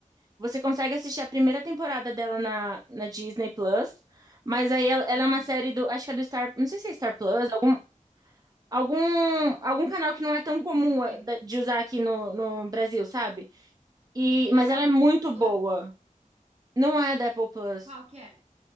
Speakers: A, on the right (about 25°); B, on the right (about 50°).
A: Você consegue assistir a primeira temporada dela na, na Disney Plus. Mas aí ela, ela
B: Hum,
A: é uma série do. Acho que é do Star. Não sei se é Star Plus, algum, algum, algum canal que não é tão comum
B: do streaming.
A: eh, da- de usar aqui no, no Brasil, sabe? E, mas
B: Não é
A: ela
B: Apple
A: é muito boa.
B: Plus?
A: Não é da Apple Plus.
B: Qual que é?